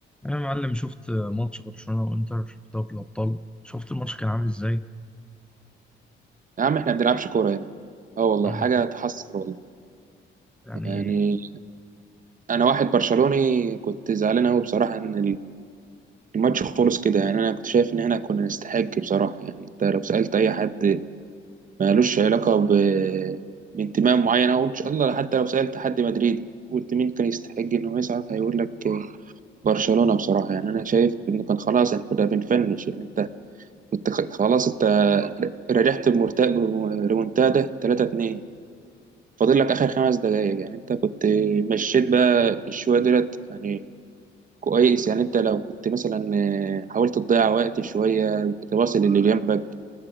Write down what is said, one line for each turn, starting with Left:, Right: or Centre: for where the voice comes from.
Centre: أنا يا معلم شفت ماتش برشلونة وإنتر في دوري الأبطال شفت الماتش كان عامل إزاي؟
Right: يا عم احنا ما بنلعبش كورة هنا اه والله
Centre: آه
Right: حاجة
Centre: والله
Right: تحسر والله
Centre: يعني
Right: يعني انا واحد برشلوني كنت زعلان قوي بصراحة ان الماتش خلص كده يعني انا كنت شايف ان احنا كنا نستحق بصراحة يعني انت لو سألت اي حد مالوش علاقة ب... بانتماء معين او ان شاء الله حتى لو سألت حد مدريدي قلت مين كان يستحق انه يصعد هيقول لك برشلونة بصراحة يعني انا شايف ان كان خلاص احنا كنا بنفنش يعني انت كنت خلاص انت رجعت بمرتاح بريمونتادا 3-2 فاضل لك اخر خمس دقايق يعني انت كنت مشيت بقى شويه دولت يعني كويس يعني انت لو كنت مثلا آه، حاولت تضيع وقت شويه تواصل اللي جنبك